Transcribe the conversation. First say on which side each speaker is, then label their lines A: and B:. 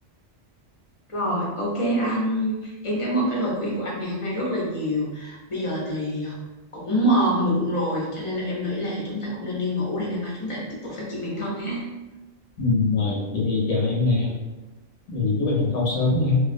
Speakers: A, on the left; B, on the left.
A: rồi ok anh em cảm ơn cái lời khuyên của anh ngày hôm nay rất là nhiều bây giờ thì ờ, cũng ờ, muộn rồi cho nên là em nghĩ là chúng ta cũng nên đi ngủ để ngày mai chúng ta tiếp tục phát triển bản thân ha
B: ừ, rồi vậy thì chào em nè thì chúc em thành công sớm nha